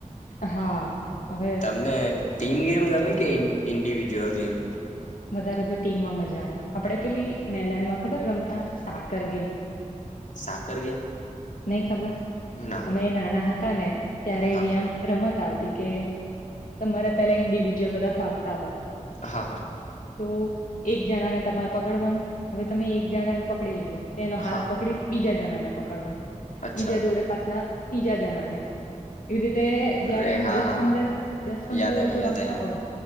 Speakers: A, on the left; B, on the left.
A: હા હવે
B: તમને ટીમ ગેમ ગમે કે ઇન્ડિવિજ્યુઅલ ગેમ
A: વધારે તો ટીમમાં મજા આવે આપણેે પેલી મેદાનમાં ખબર રમતા સાકર ગેમ
B: સાકર ગેમ
A: નઈ ખબર
B: ના
A: અમે એ નાના હતા ને ત્યારે
B: હા
A: એવી
B: હા
A: આમ રમત આવતી કે તમારા પેલા ઇન્ડિવિજ્યુઅલ બધા ભાગતા હોય
B: હા હા
A: તો એક જણા ને તમારે પકડવાનું હવે તમે એક જણા ને પકડી લીધો તેનો હાથ
B: હા
A: પકડી બીજા જણા ને પકડવાનું
B: અચ્છા
A: બીજા જોડે પાછા ત્રીજા જણા ને એવી રીતે
B: અરે
A: જયારે આમ
B: હા
A: દસ
B: હા
A: પંદર
B: હા
A: દસ પંદર
B: યાદ
A: લોકો
B: આવી યાદ
A: રમતા
B: આવી
A: હોય